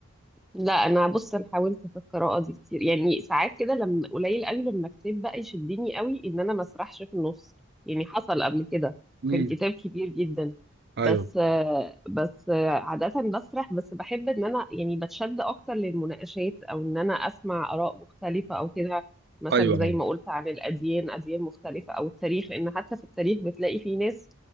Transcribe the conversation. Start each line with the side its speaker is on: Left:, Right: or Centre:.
Centre: لا انا بص انا حاولت في القراءه دي كتير يعني ساعات كده لما قليل قوي لما كتاب بقى يشدني قوي ان انا ما اسرحش في النص يعني حصل قبل كده
Right: امم
Centre: كان كتاب كبير جدا
Right: ايوه
Centre: بس آه، بس آه، عاده بسرح بس بحب ان انا يعني بتشد اكتر للمناقشات او ان انا اسمع اراء مختلفه او كده مثلا
Right: ايوه
Centre: زي
Right: ايوه
Centre: ما قلت عن الاديان اديان مختلفه او التاريخ لان حتى في التاريخ بتلاقي في ناس